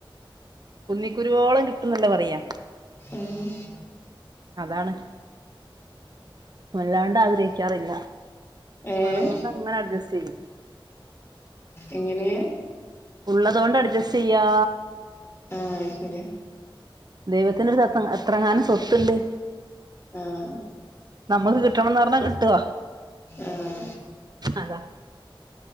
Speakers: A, on the right; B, on the left.
A: കുന്നി ക്കുരുവോളം കിട്ടുംന്നല്ലേ പറയാ
B: ആഹ്
A: അതാണ് വല്ലാണ്ട് ആഗ്രഹിക്കാറില്ല
B: ഏഹ്
A: ഉള്ളതൊണ്ട് അങ്ങനെ അട്ജസ്റ്റ് യ്യും
B: എങ്ങനെ
A: ഉള്ളതൊണ്ട് അഡ്ജസ്റ്റ് ചെയ്യാ
B: അയ് ശരിയ
A: ദൈവത്തിന്റടുത്തെത്തും എത്രെങ്ങാനും സ്വത്ത്ണ്ട്
B: ആഹ്
A: നമ്മക്ക് കിട്ടണംന്ന് പറഞ്ഞാ കിട്ടോ
B: ആഹ്
A: അതാ